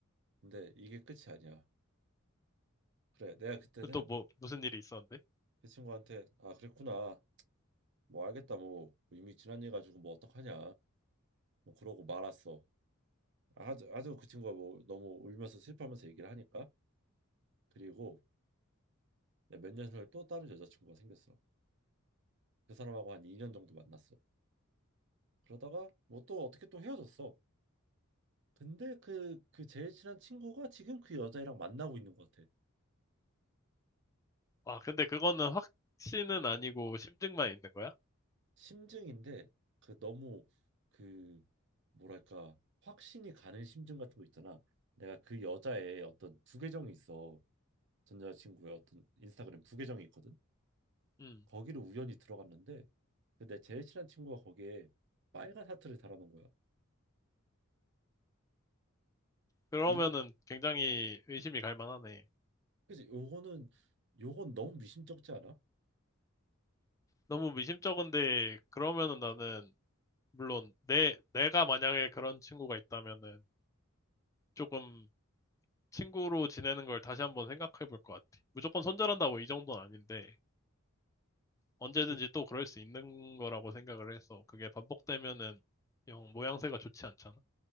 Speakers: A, on the right; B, on the left.
A: 근데 이게 끝이 아니야. 그래, 내가 그때는
B: 또 뭐, 무슨 일이 있었는데?
A: 그 친구한테 아 그랬구나. 뭐 알겠다 뭐 이미 지난 일 가지고 뭐 어떡하냐. 뭐 그러고 말았어. 아주 아주 그 친구가 뭐 너무 울면서 슬퍼하면서 얘기를 하니까 그리고 네, 몇년 후에 또 다른 여자친구가 생겼어. 그 사람하고 한 2년 정도 만났어. 그러다가 뭐 또 어떻게 또 헤어졌어. 근데 그 그 제일 친한 친구가 지금 그 여자애랑 만나고 있는 것 같아.
B: 아, 근데 그거는 확신은 아니고 심증만 있는 거야?
A: 심증인데 그 너무 그 뭐랄까 확신이 가는 심증 같은 거 있잖아. 내가 그 여자의 어떤 부계정이 있어. 전 여자친구의 어떤 인스타그램 부계정이 있거든.
B: 음.
A: 거기를 우연히 들어갔는데 근데 제일 친한 친구가 거기에 빨간 하트를 달아놓은 거야.
B: 그러면은
A: 이거
B: 굉장히 의심이 갈 만하네.
A: 그치 요거는 요건 너무 미심쩍지 않아?
B: 너무 미심쩍은데, 그러면은 나는, 물론, 내, 내가 만약에 그런 친구가 있다면은, 조금 친구로 지내는 걸 다시 한번 생각해 볼 것 같아. 무조건 손절한다고 이 정도는 아닌데, 언제든지
A: 그,
B: 또 그럴 수 있는 거라고 생각을 해서, 그게 반복되면은, 영 모양새가 좋지 않잖아.